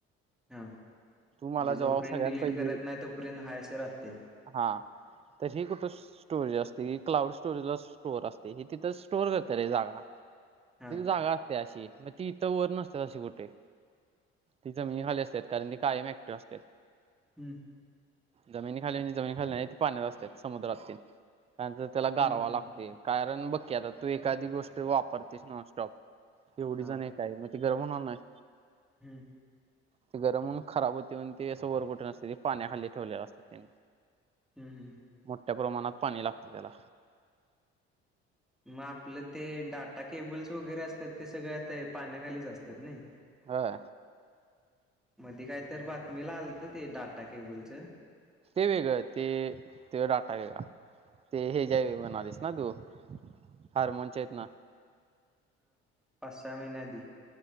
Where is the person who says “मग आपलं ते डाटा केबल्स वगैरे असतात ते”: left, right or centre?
Centre